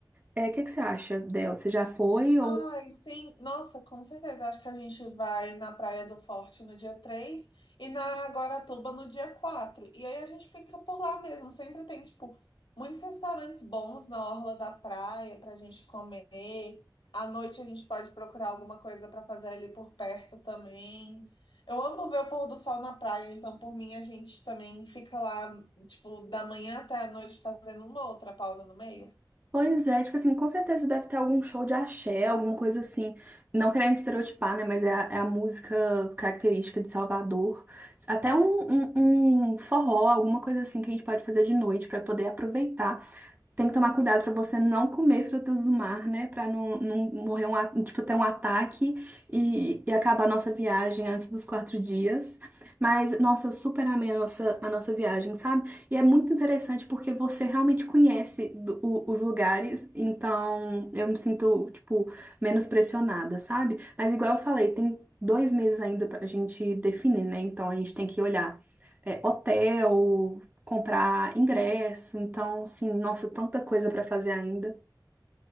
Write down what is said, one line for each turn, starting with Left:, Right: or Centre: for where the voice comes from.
Right: É, o que que você acha dela? Você já foi
Left: Ai, sim. Nossa, com certeza. Acho que a gente vai na Praia do Forte no dia 3 e na Guaratuba no dia quatro E aí a gente fica por lá mesmo. Sempre tem, tipo, muitos restaurantes bons na orla da praia pra gente comer. À noite a gente pode procurar alguma coisa pra fazer ali por perto também. Eu amo ver o pôr do sol na praia, então por mim a gente também fica lá, tipo, da manhã até a noite fazendo uma outra pausa no meio.
Right: Pois é, tipo assim, com certeza deve ter algum show de axé, alguma coisa assim. Não querendo estereotipar, né? Mas é a, é a música característica de Salvador. Até um, um, um forró, alguma coisa assim que a gente pode fazer de noite pra poder aproveitar. Tem que tomar cuidado para você não comer frutas do mar, né? Para não, não morrer um, a- tipo, ter um ataque e, e acabar a nossa viagem antes dos quatro dias. Mas, nossa, eu super amei a nossa, a nossa viagem, sabe? E é muito interessante porque você realmente conhece do- o- os lugares, então eu me sinto, tipo, menos pressionada, sabe? Mas, igual eu falei, tem dois meses ainda pra gente definir, né? Então a gente tem que olhar. é, hotel, comprar ingresso, então, assim, nossa, tanta coisa para fazer ainda.